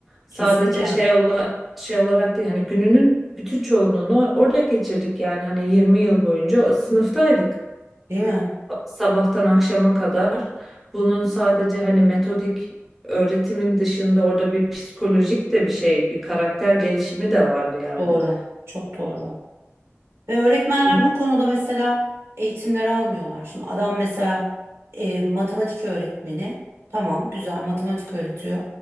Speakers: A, in the centre; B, on the right.
A: Sadece
B: Kesinlikle.
A: şey ola, şey olarak değil hani gününün bütün çoğunluğunu orada geçirdik yani hani 20 yıl boyunca o sınıftaydık
B: Değil mi?
A: sabahtan akşama kadar. Bunun sadece hani metodik öğretimin dışında orada bir psikolojik de bir şey, bir karakter gelişimi de var yani.
B: Doğru. Çok doğru. Ve öğretmenler
A: Bu-
B: bu konuda mesela eğitimleri almıyorlar. Şimdi adam mesela e, matematik öğretmeni. Tamam güzel matematik öğretiyor.